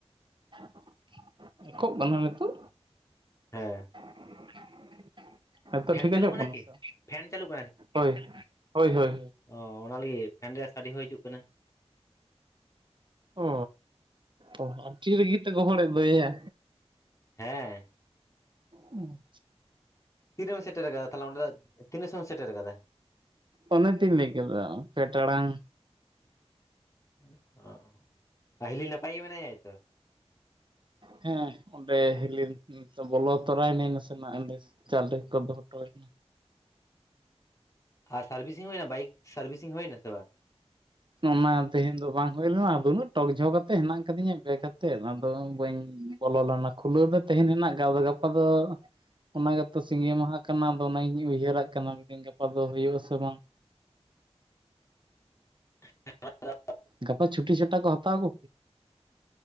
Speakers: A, on the right (about 45°); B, on the left (about 30°).
A: <inaudible> ᱮᱠᱳᱜ ᱠᱟᱱᱟ ᱱᱤᱛᱚᱜ?
B: ᱦᱮᱸ
A: <unintelligible> ᱦᱮᱸᱛᱚᱜ
B: ᱯᱷᱮᱱ
A: ᱴᱷᱤᱠ ᱜᱮ
B: ᱪᱟᱹᱞᱩᱜ
A: ᱟᱡᱚᱢᱚᱜ ᱠᱟᱱᱟ
B: ᱠᱤ
A: ᱥᱮ
B: ᱯᱷᱮᱱ ᱪᱟᱹᱞᱩᱜ
A: ᱦᱳᱭ ᱦᱳᱭ ᱦᱳᱭ
B: ᱚᱻ ᱚᱱᱟ ᱞᱟᱹᱜᱤᱫ ᱯᱷᱮᱱ ᱨᱮᱭᱟᱜ ᱥᱟᱰᱮ ᱦᱚᱸ ᱦᱤᱡᱩᱜ ᱠᱟᱱᱟ
A: ᱚ ᱚ ᱟᱹᱰᱤ ᱨᱟᱜᱤ ᱛᱮ ᱜᱚᱦᱚᱲ ᱮᱱ ᱫᱚᱭᱟ
B: ᱦᱮᱸ᱾
A: ᱩᱸ᱾
B: ᱛᱤᱨᱮᱢ ᱥᱮᱴᱮᱨ ᱟᱠᱟᱫᱟ ᱛᱟᱦᱟᱞᱮ ᱚᱸᱰᱮ ᱫᱚ ᱛᱤᱱᱟᱹ ᱥᱚᱢᱚᱭ ᱥᱮᱴᱮᱨ ᱟᱠᱟᱫᱟ?
A: ᱚᱱᱟᱛᱚᱧ ᱞᱟᱹᱭ ᱠᱮᱫᱟ ᱯᱮ ᱴᱟᱲᱟᱝ᱾
B: ᱩᱸ ᱦᱚ ᱟ-ᱦᱤᱞᱤ ᱱᱟᱯᱟᱭ ᱜᱮ ᱢᱮᱱᱟᱭᱟᱭ ᱛᱚ᱾
A: ᱦᱮ, ᱚᱸᱰᱮ ᱦᱤᱞᱤ <unintelligible> ᱱᱤᱛᱚᱜ ᱵᱚᱞᱚ ᱛᱚᱨᱟᱭ ᱱᱟᱹᱧ ᱱᱟᱥᱮᱱᱟᱜ ᱮᱸᱰᱮ ᱪᱟᱞᱮ ᱠᱚ ᱫᱚᱦᱚᱴᱚ ᱦᱚᱭᱱᱟ᱾
B: ᱟ ᱥᱟᱨᱵᱤᱥᱤᱝ ᱦᱩᱭᱱᱟ ᱵᱟᱭᱤᱠ ᱥᱟᱨᱵᱤᱥᱤᱝ ᱦᱩᱭᱱᱟ ᱥᱮ ᱵᱟ?
A: ᱚᱱᱟ ᱛᱮᱦᱮᱧ ᱫᱚ ᱵᱟᱝ ᱦᱩᱭ ᱞᱮᱱᱟ ᱫᱚᱢᱮ ᱴᱚᱠ ᱡᱷᱚᱠ ᱟᱛᱮᱜ ᱦᱮᱱᱟᱜ ᱟᱠᱟᱫᱤᱧᱟ ᱵᱮᱠ ᱟᱛᱮᱫ ᱟᱫᱚ ᱵᱟᱹᱧ ᱵᱚᱞᱚ ᱞᱮᱱᱟ ᱠᱷᱩᱞᱟᱹᱣ ᱫᱚ ᱛᱮᱦᱮᱱ ᱦᱮᱱᱟᱜ ᱜᱮ ᱟᱫᱚ ᱜᱟᱯᱟ ᱫᱚ ᱚᱱᱟ ᱜᱮᱛᱚ ᱥᱤᱸᱜᱮ ᱢᱟᱦᱟ ᱠᱟᱱᱟ ᱟᱫᱚ ᱚᱱᱟᱹᱧ ᱩᱭᱦᱟᱹᱨᱟᱜ ᱠᱟᱱᱟ ᱢᱤᱫᱤᱧ ᱜᱟᱯᱟ ᱫᱚ ᱦᱩᱭᱩᱜ ᱟ ᱥᱮ ᱵᱟᱝ?
B: <inaudible>
A: ᱜᱟᱯᱟ ᱪᱷᱩᱴᱤ ᱪᱷᱟᱴᱟ ᱠᱚ ᱦᱟᱛᱟᱣ ᱟᱠᱚ